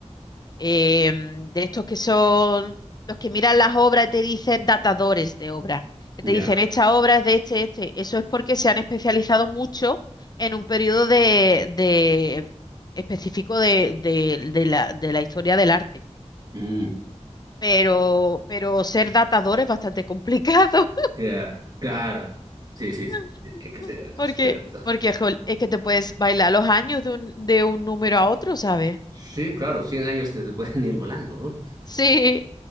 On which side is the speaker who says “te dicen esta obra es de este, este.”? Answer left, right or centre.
Left